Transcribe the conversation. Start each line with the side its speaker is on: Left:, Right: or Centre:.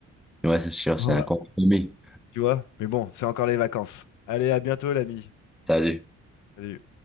Centre: Ouais, c'est sûr,
Left: Ouais.
Centre: c'est un compromis.
Left: Tu vois? Mais bon, c'est encore les vacances. Allez, à bientôt, l'ami.
Centre: Salut.
Left: Salut.